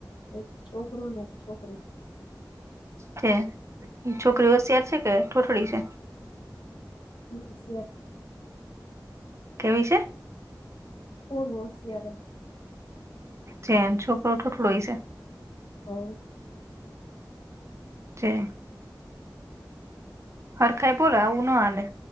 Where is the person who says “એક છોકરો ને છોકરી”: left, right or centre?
Left